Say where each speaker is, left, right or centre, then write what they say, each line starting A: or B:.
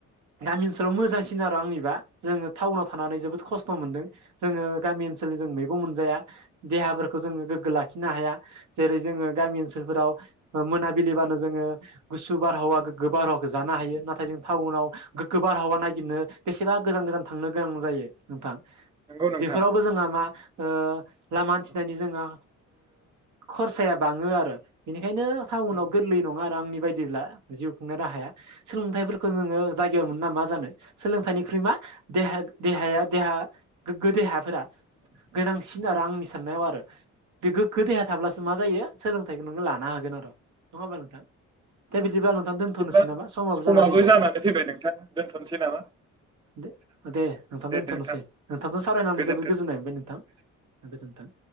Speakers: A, on the right; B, on the right.
A: गामि ओनसोलाव मोजांसिन आरो आंनिबा जोङो टाउनाव थानानै जोबोद खस्थ' मोनदों जोङो गामि ओनसोलनि जों मैगं मोनजाया देहाफोरखौ जोङो गोग्गो लाखिनो हाया जेरै जोङो गामि ओनसोलफोराव मोनाबिलिबानो जोङो गुसु बारहावा गोग्गो बारहावाखौ जानो थांनो हायो नाथाय जों टाउनाव गोगो बारहावा ननायागिरनो बेसेबा गोजान गोजान थांनो गोनां जायो नोंथां
B: नंगौ नोंथां
A: बेफोरावबो जोंहा मा ओ लामा हान्थिनायनि जोङहा खरसाया बाङो आरो बेनिखायनो टाउनाव
B: नंगौ।
A: गोरलै नङा आरो आंनि बायदि बिदिब्ला जिउ खुंनाय राहाया सोंलोंथायफोरखौ जोङो जायगायाव मोनो ना सोलोंथाइनिख्रुइ मा देह दहा देहा गोग्गो देहाफोरा गोनांसिन आरो आंनि साननायाव आरो बे गोग्गो देहा थाब्लासो मा जायो सोलोंथाइखौ नोङो लानो हागोन आरो' नङा होमा नोंथां दे बिदिब्ला नोंथां। दोनथ'नोसै
B: बिदिबां
A: नामा
B: समाबो
A: जाना फैबाय
B: जानानै फैबाय नोंथां दोनथ'नोसै नामा!
A: दे दे नोंथांनो
B: दे
A: दोनथ'नोसै।
B: नोंथां
A: नोंथांजों सावरायनानै
B: गोजोन्थों
A: जोबोद गोजोननाय मोनबाय नोंथां। गोजोन्थों।